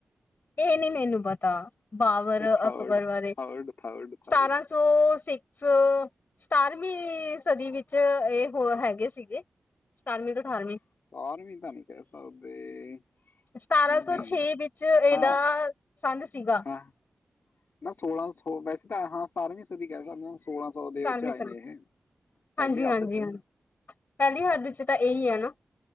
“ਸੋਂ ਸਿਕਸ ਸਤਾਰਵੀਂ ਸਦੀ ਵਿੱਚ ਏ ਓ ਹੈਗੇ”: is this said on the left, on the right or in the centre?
Left